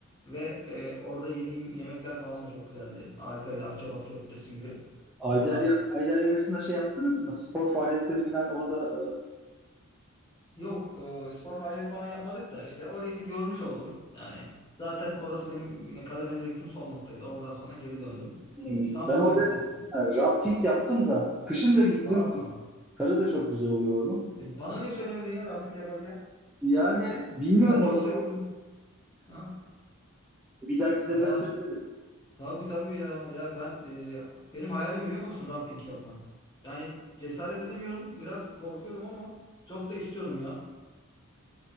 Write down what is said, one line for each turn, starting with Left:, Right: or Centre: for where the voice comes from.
Left: Ve e, orada yediğim yemekler falan da çok güzeldi. Harikaydı. Akçabat köftesi gibi
Centre: Ayderyer,
Left: onlar.
Centre: Ayderyarı'nda şey yaptınız mı? Spor faaliyetleri falan orada
Left: Yok, e, spor faaliyet falan yapmadık da işte orayı bir görmüş oldum. Yani zaten orası benim Karadeniz'e gittim son noktaydı. Oradan sonra geri döndüm.
Centre: e, hmm.
Left: Samsun'a
Centre: ben orada
Left: gittim.
Centre: ha, rafting yaptım da kışın da gittim.
Left: Aa,
Centre: Karı da çok güzel oluyor onun.
Left: e, bana niye söylemedin ya rafting yaparken?
Centre: Yani bilmiyorum
Left: Ben çok
Centre: o zaman
Left: seviyorum. Ha?
Centre: Bir dahaki sefere
Left: Ya
Centre: söyleriz.
Left: Tabii tabii ya. Ya ben e, benim hayalim biliyor musun rafting yapmak. Yani cesaret edemiyorum. Biraz korkuyorum ama çok da istiyorum ya.